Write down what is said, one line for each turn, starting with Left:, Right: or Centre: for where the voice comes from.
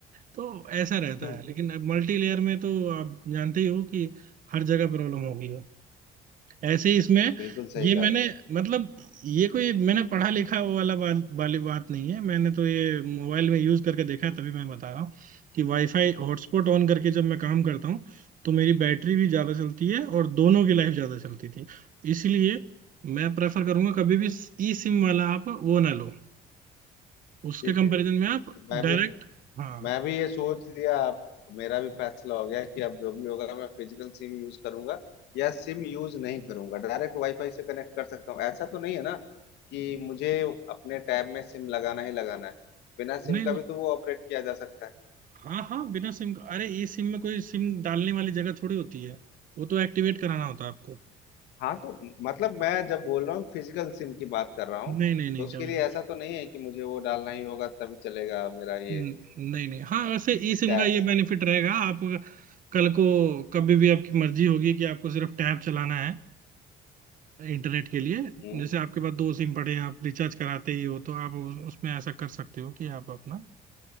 Right: तो ऐसा रहता
Left: हम्म,
Right: है लेकिन मल्टी लेयर में तो आप जानते ही हो कि हर जगह प्रॉब्लम होगी ऐसे ही इसमें
Left: बिल्कुल सही
Right: ये
Left: कहा
Right: मैंने
Left: आपने
Right: मतलब ये कोई मैंने पढ़ा लिखा वो वाला बा, वाली बात नहीं है मैंने तो ये मोबाइल में यूज करके देखा है, तभी मैं बता रहा हूँ कि वाईफाई हॉटस्पॉट ऑन करके जब मैं काम करता हूँ तो मेरी बैटरी भी ज्यादा चलती है और दोनों की लाइफ ज्यादा चलती थी इसलिए मैं प्रेफर करूंगा कभी भी ई सिम वाला आप वो ना लो उसके
Left: ठीक
Right: कंपैरिजन
Left: है
Right: में आप
Left: तो मैं
Right: डायरेक्ट
Left: भी
Right: हाँ
Left: मैं भी ये सोच लिया अब मेरा भी फैसला हो गया कि अब जो भी होगा मैं फिजिकल सिम यूज करूंगा या सिम यूज नहीं करूंगा डायरेक्ट वाईफाई से कनेक्ट कर सकता हूँ ऐसा तो नहीं है ना कि मुझे अपने टैब में सिम लगाना ही लगाना है बिना
Right: नहीं
Left: सिम का
Right: नहीं
Left: भी तो वो ऑपरेट किया जा सकता है
Right: हाँ हाँ बिना सिम का अरे ई सिम में कोई सिम डालने वाली जगह थोड़ी होती है वो तो एक्टिवेट कराना होता है आपको
Left: हाँ तो मतलब मैं जब बोल रहा हूँ फिजिकल सिम की बात कर रहा हूँ
Right: नहीं नहीं नहीं
Left: तो उसके
Right: कभी
Left: लिए
Right: नहीं
Left: ऐसा तो नहीं है कि मुझे वो डालना ही होगा तभी चलेगा मेरा ये
Right: न- नहीं नहीं हाँ वैसे ई सिम
Left: टैब
Right: का ये बेनिफिट रहेगा आप कल को कभी भी आपकी मर्जी होगी कि आपको सिर्फ टैब चलाना है इंटरनेट के लिए
Left: हम्म
Right: जैसे आपके पास दो सिम पड़े हैं आप रिचार्ज कराते ही हो तो आप उस- उसमें ऐसा कर सकते हो कि आप अपना